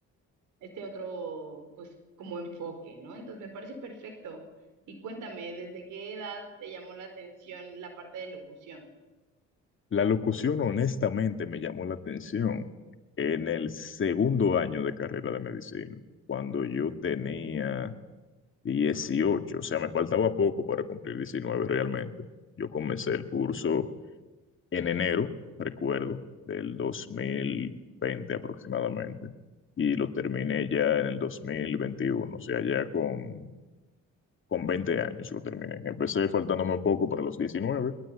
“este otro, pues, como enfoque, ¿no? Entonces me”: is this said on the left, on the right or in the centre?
Right